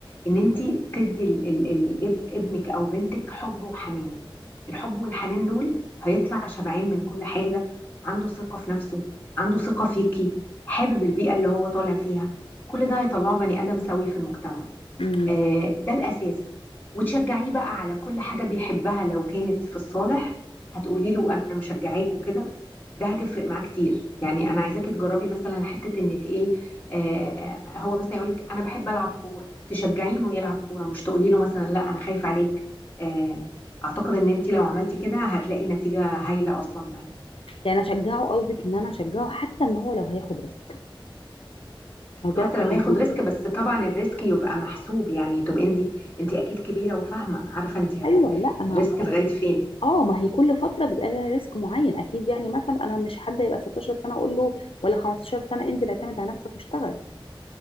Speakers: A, on the left; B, on the left.
A: ان انت تدي ال ال ال اب- ابنك او بنتك حب وحنان الحب والحنان دول هيطلع شبعان من كل حاجه عنده ثقه في نفسه عنده ثقه فيكي حابب البيئه اللي هو طالع فيها كل ده هيطلعه بني ادم سوي في المجتمع
B: امم
A: آه، ده الأساس وتشجعيه بقى على كل حاجة بيحبها لو كانت في الصالح هتقولي له أنا مشجعاك وكده ده هتفرق معاه كتير يعني أنا عايزاكي تجربي مثلا حتة إنك إيه آه هو مثلا يقولك أنا بحب ألعب كورة تشجعيه إنه يلعب كورة مش تقولي له مثلا لا أنا خايفة عليك آه أعتقد إن أنت لو عملتي كده هتلاقي نتيجة هايلة أصلا معاه
B: يعني اشجعه قصدك ان انا اشجعه حتى ان هو لو هياخد ريسك لو جرب
A: حتى
B: حاجه
A: لو هياخد
B: جديده
A: ريسك بس طبعا الريسك يبقى محسوب يعني تبقى انت انت اكيد كبيره وفاهمه عارفه انت هت
B: ايوه لا ما
A: الريسك لغايه فين
B: اه ما هي كل فتره بيبقى لها ريسك معين اكيد يعني مثلا انا مش حد يبقى 16 سنه اقول له ولا 15 سنه انزل اعتمد على نفسك واشتغل